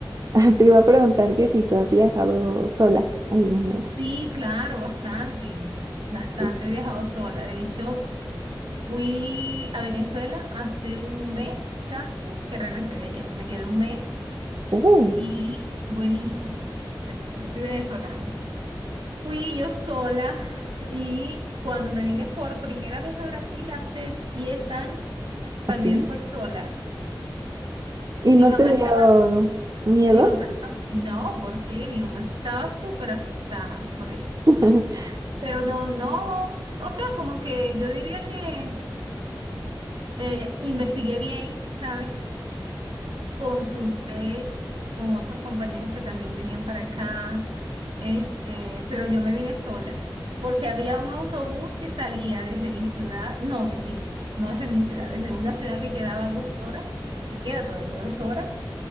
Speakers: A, on the right; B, on the right.
A: <laughs> te iba a preguntar que si tú has viajado sola alguna vez.
B: Sí, claro, bastante, bastante
A: Sí.
B: he viajado sola. De hecho, fui a Venezuela hace un mes casi que regresé de allá. Me quedé un mes
A: Uh,
B: y buenísimo. O sea, yo soy venezolana. Fui yo sola y cuando me vine por primera vez a Brasil hace 10 años, también
A: ok.
B: fue sola.
A: ¿Y no
B: Mi mamá
A: te dio
B: está,
A: miedo?
B: mi mamá está, no, ¿por qué? Mi mamá estaba súper asustada por eso.
A: <laughs>
B: Pero no, no, o sea, como que yo diría que eh, investigué bien, ¿sabes? Consulté con otros compañeros que también venían para acá, este, pero yo me vine sola, porque había un autobús que salía desde mi ciudad, no, mentira, no desde mi ciudad, desde una ciudad que quedaba dos horas, que queda todavía dos horas,